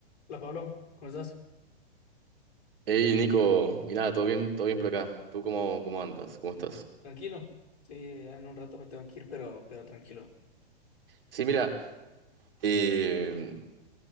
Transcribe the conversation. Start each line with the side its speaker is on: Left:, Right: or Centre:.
Left: Hola Pablo, ¿cómo estás?
Right: Hey Nico, mira, todo bien, todo bien por acá. ¿Tú cómo, cómo andas? ¿Cómo estás?
Left: Tranquilo. Sí, ya en un rato me tengo que ir, pero, pero tranquilo.
Right: Sí, mira, eh,